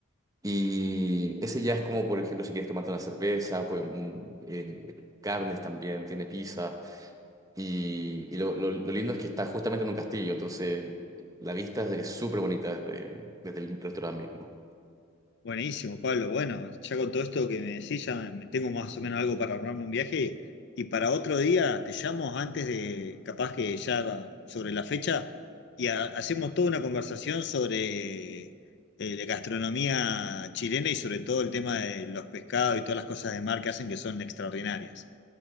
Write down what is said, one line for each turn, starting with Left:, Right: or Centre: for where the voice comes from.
Right: Y ese ya es como, por ejemplo, si quieres tomarte una cerveza, pues mm, eh, carnes también, tiene pizza. Y, y lo, lo- lo lindo es que está justamente en un castillo, entonces la vista es es súper bonita desde, desde el restaurante mismo.
Left: Buenísimo, Pablo. Bueno, ya con todo esto que me decís, ya me- tengo más o menos algo para armarme un viaje. Y para otro día te llamo antes de, capaz que ya sobre la fecha, y ha- hacemos toda una conversación sobre eh, la gastronomía chilena y sobre todo el tema de los pescados y todas las cosas de mar que hacen que son extraordinarias.